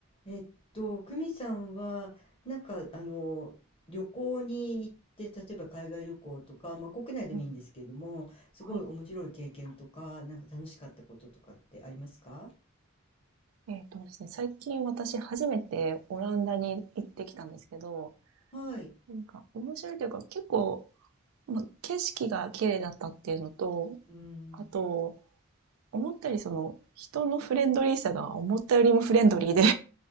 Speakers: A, on the left; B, on the right.
A: えっと、久美さんは、なんか、あの、旅行に行って、例えば海外旅行とか、まあ、国内でもいいんですけれども、
B: うん、
A: すごい面白い経験とか、
B: はい。
A: なんか楽しかったこととかってありますか
B: えっとですね、最近私初めてオランダに行ってきたんですけど、
A: はい。
B: なんか面白いというか結構、まあ、景色が綺麗だったっていうのと、
A: うん。
B: あと、思ったよりその人のフレンドリーさが思ったよりもフレンドリーで